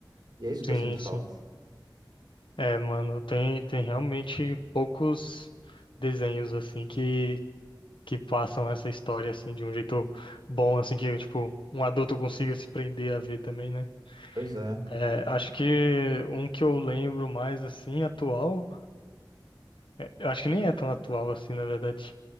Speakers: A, on the right; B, on the left.
A: E é isso que
B: sim,
A: eu sinto falta.
B: sim. É, mano, tem, tem realmente poucos desenhos, assim, que, que passam essa história, assim, de um jeito bom, assim, que, tipo, um adulto consiga se prender a ver também, né?
A: Pois é.
B: É, acho que um que eu lembro mais, assim, atual, é, eu acho que nem é tão atual, assim, na verdade,